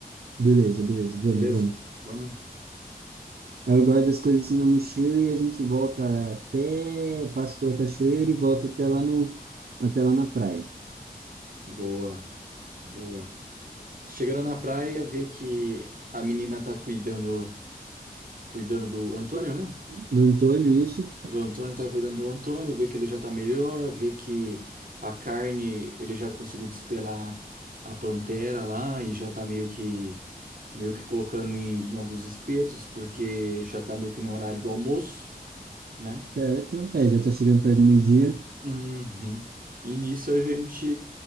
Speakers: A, on the right; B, on the right.
A: Beleza, beleza. Vamos,
B: Beleza?
A: vamos.
B: Vamos?
A: Aí eu guardo as coisas assim na mochila e a gente volta até, passa pela cachoeira e volta até lá no, até lá na praia.
B: Boa, boa. Chegaram na praia, vê que a menina tá cuidando, cuidando do Antônio, né?
A: Do Antônio, isso,
B: O Antônio tá cuidando do Antônio, vê que ele já tá melhor, vê que a carne, ele já conseguiu despelar a pantera lá e já tá meio que meio que colocando em, em alguns espetos, porque já tá meio que no horário do almoço, né?
A: certo? É, já tá chegando perto do meio-dia.
B: Uhum. E nisso a gente,